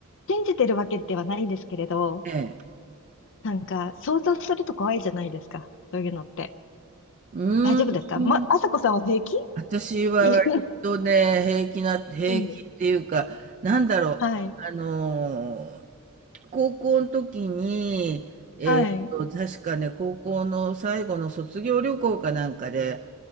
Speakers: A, on the left; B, on the right.
A: 信じてるわけではないんですけれど、
B: ええ。
A: なんか、想像すると怖いじゃないですか。そういうのって。
B: うーん。
A: 大丈夫ですかま、あさこさんは平気
B: 私は割とね、
A: いや、
B: 平気な、平気っていうか、
A: うん。
B: なんだろう。
A: はい。
B: あのー高校の時に、えーっと、
A: はい。
B: 確かね、高校の最後の卒業旅行かなんかで、